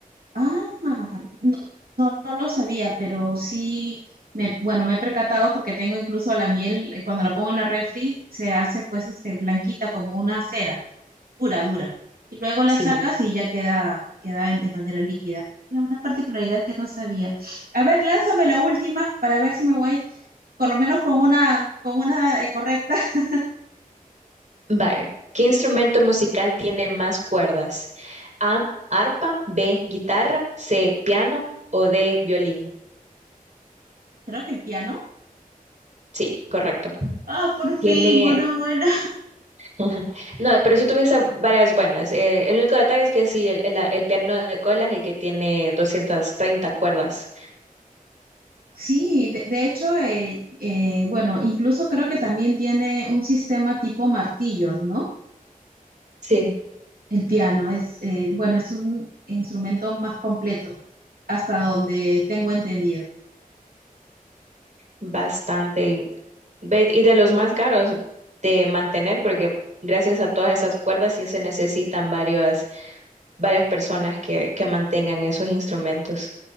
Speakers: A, on the right; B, on the right.
A: Ah, no, no, no lo sabía, pero sí, me, bueno, me he percatado porque tengo incluso la miel, eh, cuando la pongo en la refri, se hace pues este, blanquita como una cera, dura, dura. Y luego la
B: Sí.
A: sacas y ya queda, queda en- de manera líquida. Era una particularidad que no sabía. A ver, lánzame la última para ver si me voy, por lo menos con una, con una eh, correcta. <laughs>
B: Vaya, ¿qué instrumento musical tiene más cuerdas? A, arpa, B, guitarra, C, piano o D, violín.
A: Creo que el piano.
B: Sí, correcto.
A: Ah, por
B: Tiene...
A: fin, una buena.
B: <laughs> No, pero eso tuviste varias buenas. Eh, el único detalle es que sí, el, el- el piano de cola es el que tiene 230 cuerdas.
A: Sí, de, de hecho, eh, eh, bueno, incluso creo que también tiene un sistema tipo martillos, ¿no?
B: Sí,
A: El piano es, eh, bueno, es un instrumento más completo, hasta donde tengo entendido.
B: bastante. Y, ve- y de los más caros de mantener, porque gracias a todas esas cuerdas sí se necesitan varias, varias personas que, que mantengan esos instrumentos.